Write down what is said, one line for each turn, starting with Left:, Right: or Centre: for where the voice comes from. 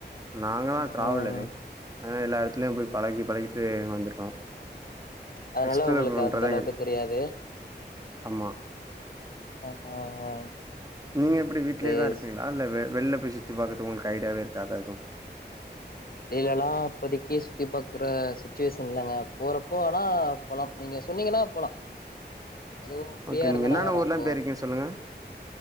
Right: நாங்கல்லா
Left: ம்
Right: டிரவலரு
Left: ம்
Right: ஆ எல்லா இடத்துலயு போய்
Left: ம்
Right: பழகி பழகி தே வந்துருக்கோ
Left: அதனால
Right: எக்ஸ்ப்ளோர்
Left: உங்களுக்கு
Right: பண்றதா
Left: அந்த அளவுக்கு தெரியாது
Right: ஆமா.
Left: ஆ ஆ ஆ
Right: நீங்க எப்பிடி வீட்லயேதா
Left: சேரி
Right: இருப்பீங்களா இல்ல வெ வெள்ள போய் சுத்தி பாக்கறது உங்களுக்கு ஐடியாவே இருக்காது எது
Left: டில்லானா இப்போதக்கி சுத்தி பாக்குற சுச்சுவேஷன் இல்லங்க போறப்போ ஆனா போலாம் நீங்க சொன்னீங்கன்னா போலா அதுவு ஃப்ரீயா
Right: ஓகே நீங்க
Left: இருந்தானா
Right: என்னான்ன
Left: வரே
Right: ஊர்லா
Left: இப்போ
Right: போயிருக்கீங்க சொல்லுங்க?